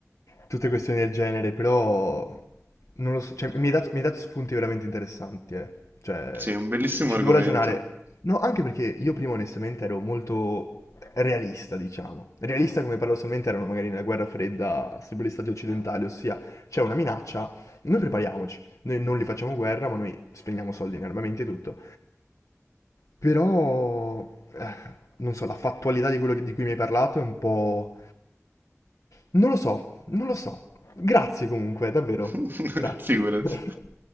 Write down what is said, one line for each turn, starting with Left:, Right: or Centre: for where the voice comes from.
Left: tutte questioni del genere, però non lo so, cioè, mi hai dato, mi hai dato spunti veramente interessanti, eh. Cioè,
Right: Sì, è un bellissimo
Left: ci, ci
Right: argomento.
Left: devo ragionare. No, anche perché io prima onestamente ero molto realista, diciamo. Realista come paradossalmente erano magari nella guerra fredda, sempre gli stati occidentali, ossia c'è una minaccia, noi prepariamoci, noi non li facciamo guerra, ma noi spendiamo soldi in armamenti e tutto. Però, eh, non so, la fattualità di quello che- di cui mi hai parlato è un po'... Non lo so, non lo so. Grazie comunque, davvero.
Right: <laughs>
Left: Grazie.
Right: Figurati.
Left: <laughs>